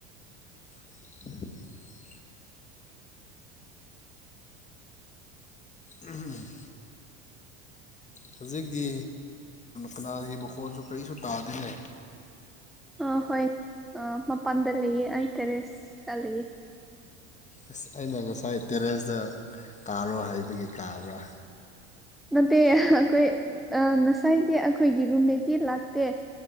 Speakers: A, on the left (about 20°); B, in the centre.
A: <unintelligible> ꯎꯝ ꯍꯧꯖꯤꯛꯇꯤ ꯀꯅꯥꯒꯤ ꯃꯈꯣꯜꯁꯨ ꯀꯔꯤꯁꯨ ꯇꯥꯗꯦꯅꯦ
B: ꯑꯥ ꯍꯣꯏ ꯑꯥ ꯃꯄꯥꯟꯗ ꯂꯩꯌꯦ ꯑꯩ ꯀꯦꯔꯦꯁꯇ ꯂꯩꯌꯦ
A: ꯑꯁ ꯑꯩꯅ ꯉꯁꯥꯏ ꯇꯦꯔꯦꯁꯇ ꯀꯥꯔꯣ ꯍꯥꯏꯕꯒꯤ ꯀꯥꯕ꯭ꯔꯥ
B: ꯅꯠꯇꯦ ꯑꯩꯈꯣꯏ ꯉꯁꯥꯏꯒꯤ ꯑꯩꯈꯣꯏꯒꯤ ꯔꯨꯝꯃꯦꯗꯤ ꯂꯥꯛꯇꯦ